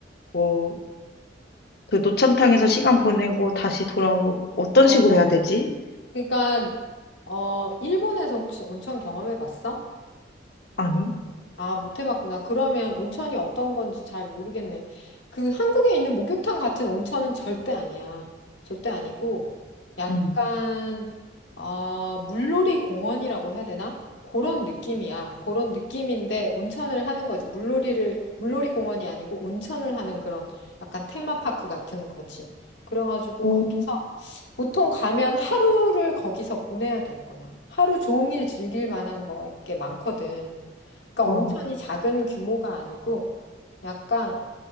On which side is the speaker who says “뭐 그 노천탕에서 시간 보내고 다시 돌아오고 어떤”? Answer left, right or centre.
Left